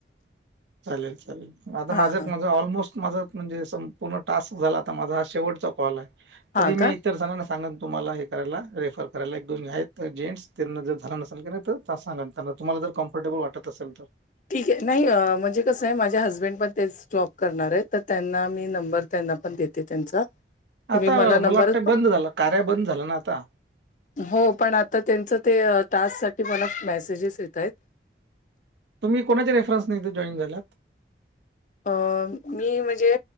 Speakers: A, on the right; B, on the left.
A: चालेल, चालेल. आता
B: हा
A: माझ्यात,
B: हा
A: माझ ऑलमोस्ट माझ म्हणजे, संपूर्ण टास्क झाला आता माझा हा शेवटचा कॉल आहे. तरी
B: हा का
A: मी इतर जणांना सांगन तुम्हाला हे करायला, रेफर करायला. एक-दोन आहेत ना जेंट्स, त्यांना जर झाल नसेल की तर सांगन. हे पहा, तुम्हाला जर कम्फर्टेबल वाटत असेल तर.
B: ठीक आहे, नाही म्हणजे कसय आहे माझ्या हसबेंड पण तेच जॉब करणार आहे तर त्यांना मी नंबर त्यांना पण देतऽ ते त्यांचा. तुम्ही
A: आता
B: नंबर
A: मला वाटतय, बंद झाल कार्य. बंद झाल ना आता
B: हो. पण आता त्यांचं ते टास्क साठी, मला मेसेजेस येत आहेत.
A: तुम्ही कोणाच्या रेफ्रन्सने, इथं जॉईन झाल्यात?
B: अं.. मी म्हणजे